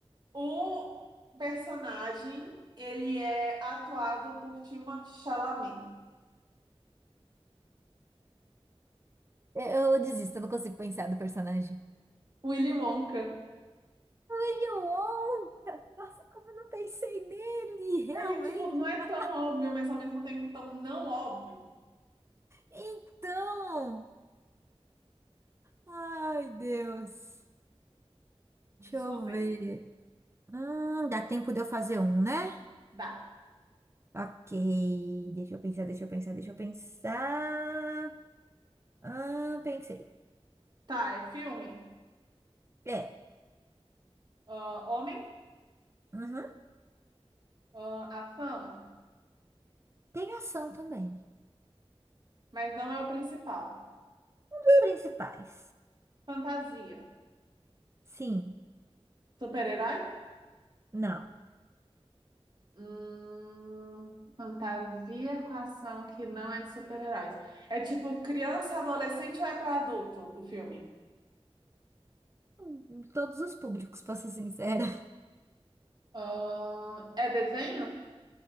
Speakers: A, on the right (about 45°); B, on the right (about 25°).
A: O personagem, ele é atuado por Timothée Chalamet.
B: Eu, eu desisto, eu não consigo pensar do personagem.
A: Willy Wonka.
B: William Wong! Nossa, como eu não pensei nele,
A: Ele,
B: realmente.
A: tipo, não é
B: <laughs>
A: tão óbvio, mas ao mesmo tempo tão não óbvio.
B: Então. Ai, Deus. Deixa eu
A: Sobre,
B: ver. Hum, dá tempo de eu fazer um, né?
A: Dá.
B: Ok. Deixa eu pensar, deixa eu pensar, deixa eu pensar. Ah, pensei.
A: Tá, é filme.
B: É.
A: Ah, homem.
B: Uhum.
A: Ah, ação.
B: Tem ação também.
A: Mas não é o principal.
B: Os principais.
A: Fantasia.
B: Sim.
A: Super-herói?
B: Não.
A: Hum, fantasia com ação que não é de super-heróis. É tipo criança, adolescente ou é pra adulto o filme?
B: Hum, Todos os públicos, pra ser sincera.
A: Ahn, é desenho?